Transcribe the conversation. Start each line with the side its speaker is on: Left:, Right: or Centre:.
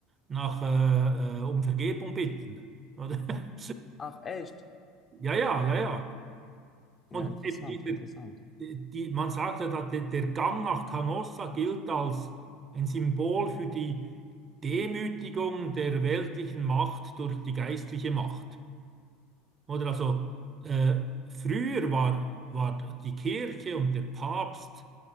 Right: nach äh, äh, um Vergebung bitten. Oder? <laughs>
Left: Ach, echt?
Right: Ja, ja, ja, ja.
Left: Ja,
Right: Und
Left: interessant,
Right: eben dieser,
Left: interessant.
Right: die, die- man sagt ja, dass der, der Gang nach Canossa gilt als ein Symbol für die Demütigung der weltlichen Macht durch die geistliche Macht. Oder also äh, früher war, war die Kirche und der Papst,